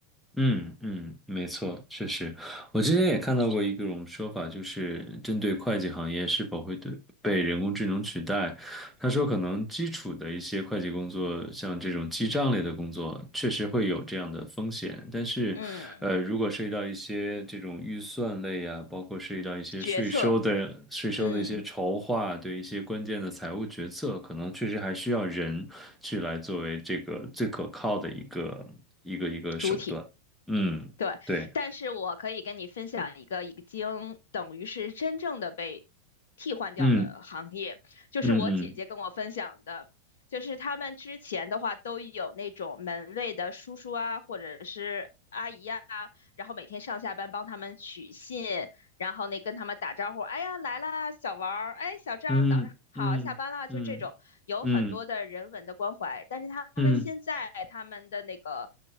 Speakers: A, in the centre; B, on the left (about 60°).
A: 嗯嗯，没错，确实，我之前也看到过一种说法，就是针对会计行业是否会对被人工智能取代，他说可能基础的一些会计工作，像这种记账类的工作，确实会有这样的风险，但是，
B: 嗯，
A: 呃，如果涉及到一些这种预算类啊，包括涉及到一些税收的税收的一些筹划，
B: 决策，嗯，
A: 对一些关键的财务决策，可能确实还需要人去来作为这个最可靠的一个一个一个手段。
B: 主体。
A: 嗯，
B: 对，
A: 对，
B: 但是我可以跟你分享一个已经等于是真正的被替换掉的行业，
A: 嗯
B: 就是我姐姐跟我分享的，
A: 嗯
B: 就是他们之前的话都有那种门卫的叔叔啊，或者是阿姨啊，然后每天上下班帮他们取信，然后那跟他们打招呼，哎呀来了，小王儿，哎小张，
A: 嗯嗯嗯嗯嗯
B: 早上好，下班了，就这种有很多的人文的关怀。但是他们现在他们的那个
A: 嗯